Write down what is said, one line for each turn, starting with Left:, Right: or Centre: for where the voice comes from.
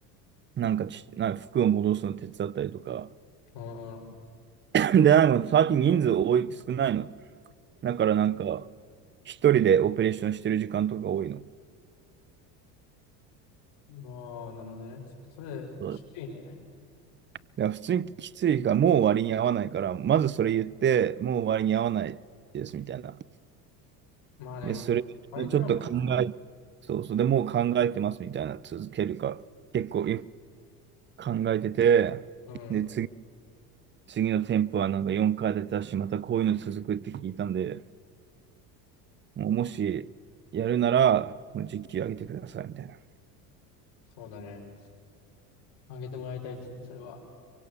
Right: なんかち、なんか服を戻すの手伝ったりとか。<coughs>
Left: ああ、
Right: <clears throat> で、なんか最近人数多い、少ないの。だからなんか、一人でオペレーションしてる時間とか多いの。
Left: ああなるほどね。ちょっとそれ、
Right: そう
Left: きついね。
Right: だから普通にきついから、もう割に合わないから、まずそれ言って、もう割に合わないですみたいな。
Left: まあね、
Right: で、
Left: まあ、
Right: それをちょっと考え、
Left: バイドラマ
Right: そうそう、でもう考えてますみたいな、続けるか。結構、考えてて、
Left: うん、
Right: で、次、次の店舗はなんか4回出たし、またこういうの続くって聞いたんで、もうもしやるなら、もう時給上げてくださいみたいな。
Left: そうだね。あげてもらいたいですね、それは。